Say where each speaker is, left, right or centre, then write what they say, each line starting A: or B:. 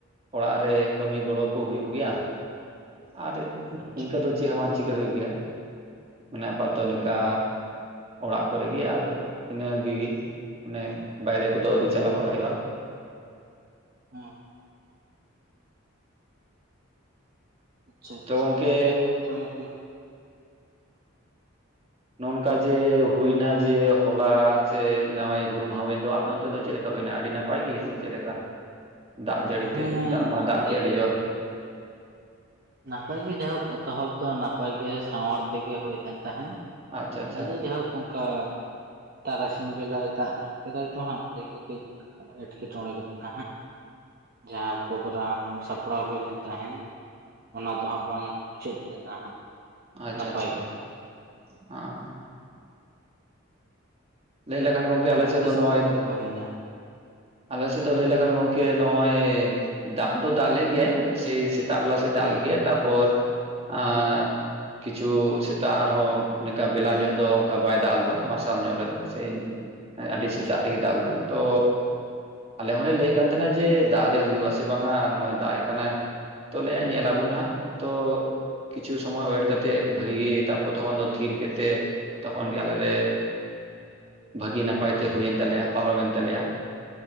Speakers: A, on the right; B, on the right.
A: ᱚᱲᱟᱜ ᱨᱮ ᱠᱟᱹᱢᱤ ᱜᱚᱲᱚᱠᱩ ᱦᱩᱭᱩᱜ ᱜᱮᱭᱟ ᱟᱨ
B: ᱟᱪᱪᱷᱟ
A: ᱤᱱᱠᱟᱹ ᱫᱚ ᱪᱮᱫ ᱦᱚᱸ ᱵᱟᱝ ᱪᱤᱠᱟᱹ ᱦᱩᱭᱩᱜ ᱜᱮᱭᱟ ᱢᱟᱱᱮ ᱟᱯᱟᱛᱚᱱᱤᱠᱟ ᱚᱲᱟᱜ ᱠᱚᱨᱮᱜᱤ ᱟᱨ ᱤᱱᱟᱹᱜᱤ ᱚᱱᱮ ᱵᱟᱭᱨᱮ ᱠᱚᱫᱚ ᱟᱹᱣᱨᱤ ᱪᱟᱞᱟᱣ ᱵᱟᱲᱟ ᱦᱩᱭᱩᱜᱼᱟ
B: ᱦᱚᱸ ᱟᱪᱪᱷᱟ ᱟᱪᱪᱷᱟ
A: ᱛᱚ ᱜᱚᱝᱠᱮ
B: ᱱᱟᱯᱟᱭ ᱜᱮ
A: ᱱᱚ ᱱᱚᱠᱟ ᱡᱮ ᱦᱩᱭᱱᱟ ᱡᱮ ᱦᱚᱞᱟ ᱡᱮ ᱱᱟᱶᱟᱭ ᱦᱩᱞ ᱢᱟᱦᱟ ᱦᱩᱭᱮᱱ ᱫᱚ ᱚᱱᱛᱮ ᱫᱚ ᱪᱮᱫ ᱞᱮᱠᱟ ᱦᱩᱭᱱᱟ ᱟᱹᱰᱤ ᱱᱟᱯᱟᱭ ᱜᱮ ᱥᱮ ᱪᱮᱫ ᱞᱮᱠᱟ ᱫᱟᱜ ᱡᱟᱹᱲᱤ
B: ᱦᱮᱸ
A: ᱛᱮ ᱫᱟᱜ ᱢᱟ
B: ᱱᱟᱯᱟᱭ
A: ᱫᱟᱜ ᱠᱮᱫ ᱟᱹᱰᱤ
B: ᱜᱮ
A: ᱡᱳᱨ
B: ᱱᱟᱯᱟᱭ ᱜᱮ ᱡᱟᱭᱦᱳᱠ ᱮᱛᱚᱦᱚᱵ ᱫᱚ ᱱᱟᱯᱟᱭ ᱜᱮ ᱥᱟᱶᱟᱨ ᱛᱮᱜᱮ ᱦᱩᱭ ᱞᱮᱱ ᱛᱟᱦᱮᱸᱱ
A: ᱟᱪᱪᱷᱟ ᱟᱪᱪᱷᱟ
B: ᱟᱫᱚ ᱡᱟᱭᱦᱳᱠ ᱚᱱᱠᱟ ᱛᱟᱨᱟᱥᱤᱧ ᱵᱮᱞᱟᱭ ᱫᱟᱜ ᱧᱚᱜ ᱠᱮᱫᱟᱭ ᱛᱚ ᱦᱟᱸᱜ ᱚᱸᱰᱮ ᱜᱮ ᱠᱟᱹᱡ ᱮᱸᱴᱠᱮᱴᱚᱬᱮ ᱜᱚᱫ ᱮᱱᱟ ᱦᱟᱸᱜ ᱡᱟᱦᱟᱸ ᱯᱨᱳᱜᱨᱟᱢ ᱥᱟᱯᱲᱟᱣ ᱦᱩᱭ ᱞᱮᱱ ᱛᱟᱦᱮᱱ ᱚᱱᱟ ᱫᱚᱦᱚᱸ ᱵᱟᱝ ᱢᱩᱪᱟᱹᱫ ᱞᱮᱱᱟ ᱦᱟᱸᱜ
A: ᱟᱪᱪᱷᱟ
B: ᱱᱟᱯᱟᱭ
A: ᱟᱪᱪᱷᱟ
B: ᱛᱮᱫᱚ
A: <inaudible> ᱦᱚᱸ
B: ᱦᱮᱸ
A: ᱞᱟᱹᱭ ᱞᱮᱠᱷᱟᱱ ᱜᱚᱢᱠᱮ ᱟᱞᱮ
B: ᱟᱯᱮ
A: ᱥᱮᱫ ᱫᱚ
B: ᱥᱮᱱ
A: ᱱᱚᱜᱼᱚᱭ
B: ᱚᱠᱟ
A: <inaudible>
B: ᱞᱮᱠᱟ ᱦᱩᱭᱱᱟ
A: ᱟᱞᱮ ᱥᱮᱫ ᱫᱚ ᱞᱟᱹᱭ ᱞᱮᱠᱷᱟᱱ ᱜᱚᱝᱠᱮ ᱱᱚᱜᱼᱚᱭ ᱫᱟᱜ ᱫᱚ ᱫᱟᱜ ᱞᱮ ᱜᱮᱭᱟᱭ ᱥᱮ ᱥᱮᱛᱟᱜ ᱵᱮᱞᱟ ᱫᱟᱜ
B: ᱦᱮᱸ
A: ᱞᱮᱜ ᱜᱮᱭᱟᱭ ᱛᱚᱯᱚᱨ ᱟ ᱠᱤᱪᱷᱩ ᱥᱮᱛᱟᱜ ᱟᱨᱦᱚᱸ ᱱᱚᱝᱠᱟ ᱵᱮᱞᱟ ᱧᱚᱜ ᱫᱚ ᱚᱱᱠᱟ ᱵᱟᱭ ᱫᱟᱜ ᱞᱮᱫᱟ ᱢᱟᱨᱥᱟᱞ ᱧᱚᱜ ᱨᱮᱫᱚ ᱥᱤᱸᱧ ᱟᱹᱰᱤ
B: ᱟᱪᱪᱷᱟ
A: ᱥᱮᱛᱟᱜ ᱨᱮᱜᱮ ᱫᱟᱜ ᱞᱮᱫᱟ ᱛᱚ ᱟᱞᱮ ᱦᱚᱸᱞᱮ ᱞᱟᱹᱭᱮᱫ ᱠᱟᱱ ᱛᱟᱦᱮᱱᱟ ᱡᱮ ᱫᱟᱜ ᱨᱮ ᱦᱩᱭᱩᱜ-ᱟ ᱥᱮ ᱵᱟᱝ-ᱟ ᱱᱚᱜᱼᱚᱭ ᱫᱟᱜ ᱮ ᱠᱟᱱᱟᱭ ᱛᱚ ᱞᱟᱹᱭᱟ ᱧᱮᱞ ᱟᱵᱚᱱ ᱦᱟᱸᱜ ᱛᱚ ᱠᱤᱪᱷᱩ ᱥᱚᱢᱚᱭ ᱣᱮᱴ ᱠᱟᱛᱮᱫ ᱵᱷᱟᱹᱜᱤ ᱜᱤ ᱛᱟᱯᱚᱨ ᱛᱚᱠᱷᱚᱱ ᱫᱚ ᱛᱷᱤᱨ ᱠᱮᱫ ᱠᱟᱛᱮ ᱛᱚᱠᱷᱚᱱ ᱜᱮ ᱟᱞᱮ ᱞᱮ ᱵᱷᱟᱹᱜᱤ ᱱᱟᱯᱟᱭ ᱛᱮ ᱦᱩᱭᱮᱱ ᱛᱟᱞᱮᱭᱟ ᱯᱟᱨᱚᱢᱮᱱ ᱛᱟᱞᱮᱭᱟ